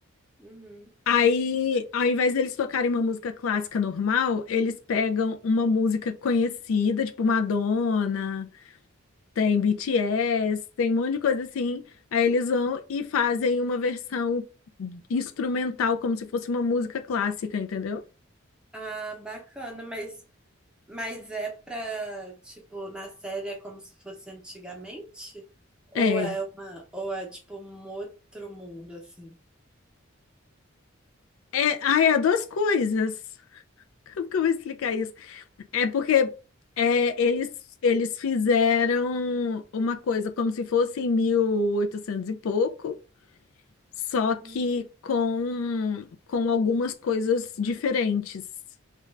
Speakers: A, in the centre; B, on the left.
A: Uhum.
B: Aí, ao invés deles tocarem uma música clássica normal, eles pegam uma música conhecida, tipo Madonna, Tem BTS, tem um monte de coisa assim. Aí eles vão e fazem uma versão instrumental, como se fosse uma música clássica, entendeu?
A: Ah, bacana, mas, mas é pra, tipo, na série é como se fosse antigamente? Ou
B: É.
A: é uma, ou é tipo um outro mundo, assim?
B: É, ai, é duas coisas. Como que eu vou explicar isso? É porque é, eles, eles fizeram uma coisa como se fosse em mil e oitocentos e pouco, só que
A: Hum,
B: com, com algumas coisas diferentes.